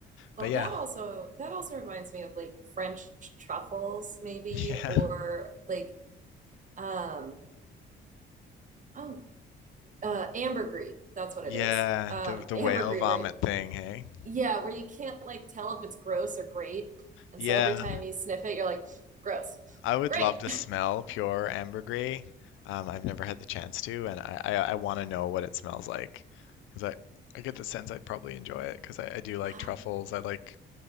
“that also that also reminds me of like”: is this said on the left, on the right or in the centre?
Right